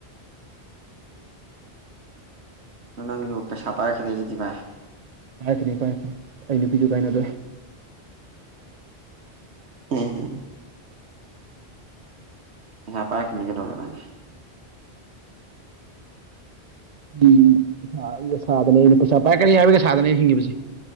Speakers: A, on the right (about 80°); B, on the right (about 40°).
A: ꯅꯪ ꯂꯛꯇꯁꯄꯥꯥꯏ ꯈꯈꯤꯗꯁꯤꯗꯤꯚꯥꯏ
B: ꯄꯥꯏꯔꯛꯀꯅꯤ ꯄꯥꯏꯔꯛꯀꯅꯤ ꯑꯩ ꯅꯨꯄꯤꯁꯨ ꯀꯥꯏꯅꯗꯣꯏꯦ
A: ꯎꯝ ꯍꯦ ꯄꯥꯏꯈꯅꯤ ꯀꯦꯅꯧꯦ ꯄꯥꯏꯅꯤ
B: ꯎꯝ ꯁꯥꯗꯅꯦꯩꯅ ꯄꯁꯥ ꯄꯥꯏ ꯀꯅꯤ ꯌꯥꯋꯒ ꯁꯥꯗꯅꯦ ꯍꯤꯡꯉꯤ ꯄ